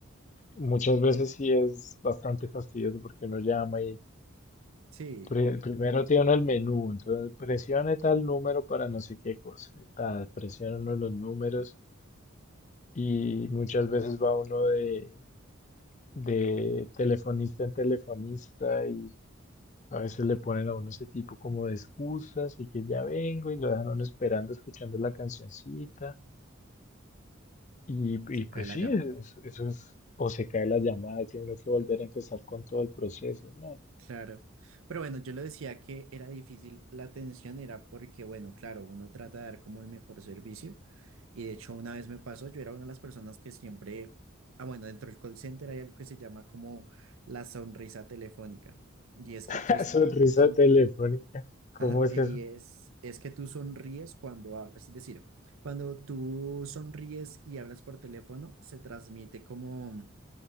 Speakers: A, on the left; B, on the right.
A: muchas veces sí es bastante fastidioso porque uno llama
B: sí,
A: Pri- Primero tiene el menú, entonces presione tal número para no sé qué cosa, y tal, presiona uno de los números y muchas veces va uno de, de telefonista en telefonista y a veces le ponen a uno ese tipo como de excusas y que ya vengo y lo dejan a uno esperando escuchando la cancioncita y,
B: y
A: y
B: se
A: pues
B: cae la
A: sí,
B: llamada.
A: es- eso es, o se cae la llamada y tiene uno que volver a empezar con todo el proceso, ¿no?
B: Claro, pero bueno, yo le decía que era difícil la atención, era porque, bueno, claro, uno trata de dar como el mejor servicio y de hecho una vez me pasó, yo era una de las personas que siempre, ah, bueno, dentro del call center hay algo que se llama como la sonrisa telefónica y es que
A: <laughs>
B: tú es,
A: Sonrisa
B: son,
A: telefónica, ¿cómo
B: ajá,
A: es
B: y
A: eso?
B: es, es que tú sonríes cuando hablas, es decir, cuando tú sonríes y hablas por teléfono, se transmite como